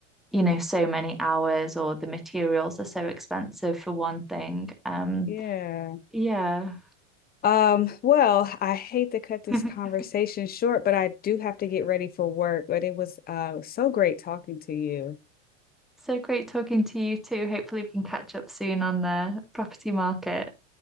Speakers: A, in the centre; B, on the left (about 25°).
A: you know, so many hours, or the materials are so expensive for one thing. Um,
B: Yeah.
A: yeah.
B: Um, well, I hate to cut this
A: <laughs>
B: conversation short, but I do have to get ready for work. But it was uh so great talking to you.
A: So great talking to you too. Hopefully, we can catch up soon on the property market.